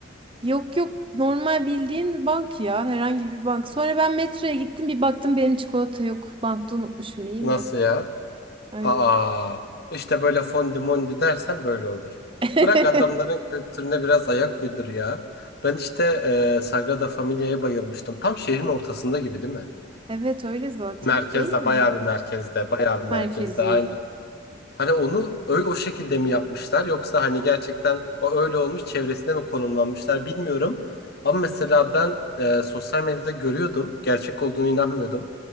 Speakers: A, on the right; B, on the left.
A: Yok yok normal bildiğin bank ya. Herhangi bir bank. Sonra ben metroya gittim bir baktım benim çikolata yok. Bankta unutmuşum iyi
B: Nasıl
A: mi?
B: ya?
A: Öyle.
B: Aa, işte böyle fondi mondi dersen böyle olur.
A: <laughs>
B: Bırak adamların kültürüne biraz ayak uydur ya. Ben işte e, Sagrada Familia'ya bayılmıştım. Tam şehrin ortasında gibi değil mi?
A: Evet öyle zaten
B: Merkezde,
A: değil mi?
B: bayağı bir merkezde, bayağı bir merkezde.
A: Merkezi.
B: Hani onu öyle o şekilde mi yapmışlar yoksa hani gerçekten o öyle olmuş çevresine mi konumlanmışlar bilmiyorum. Ama mesela ben e, sosyal medyada görüyordum. Gerçek olduğunu inanmıyordum.